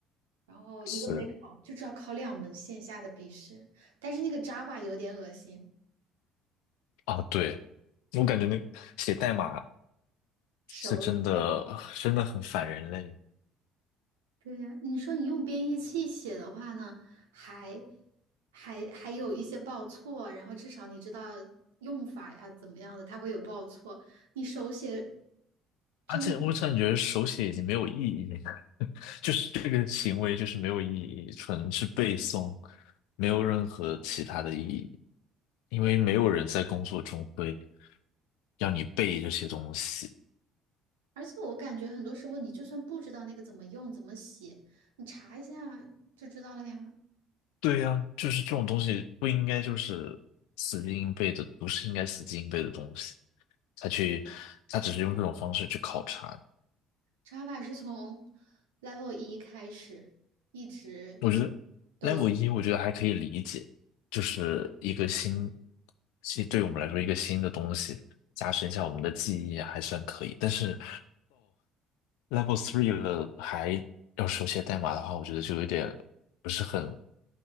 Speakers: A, on the right; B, on the left.
A: 然后一个没考，
B: 是
A: 就只要考两门线下的笔试。但是那个 Java 有点恶心，
B: 啊，对，我感觉那写代码
A: 手。
B: 是真的，真的很反人类，
A: 对呀，你说你用编译器写的话呢，还还还有一些报错，然后至少你知道用法呀怎么样的，它会有报错。你手写真的，
B: 而且我感觉手写已经没有意义了，<laughs> 就是这个行为就是没有意义，纯是背诵，没有任何其他的意义，因为没有人在工作中会要你背这些东西。
A: 而且我感觉很多时候你就算不知道那个怎么用、怎么写，你查一下就知道了呀。
B: 对呀，就是这种东西不应该就是死记硬背的，不是应该死记硬背的东西。他去，他只是用这种方式去考察。
A: 查法是从 Level 一开始一直
B: 我觉得
A: 都有，
B: level 一，我觉得还可以理解，就是一个新，其实对我们来说一个新的东西，加深一下我们的记忆还算可以。但是 level three 了，还要手写代码的话，我觉得就有点不是很